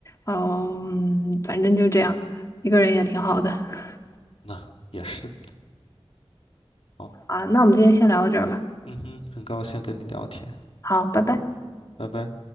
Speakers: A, on the left (about 30°); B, on the left (about 65°).
A: 嗯，反正就这样，一个人也挺好的。<laughs>
B: 那也是好，
A: 啊，那我们今天先聊到这儿吧，
B: 嗯哼，很高兴跟你聊天，
A: 好，
B: 好，
A: 拜拜。
B: 拜拜。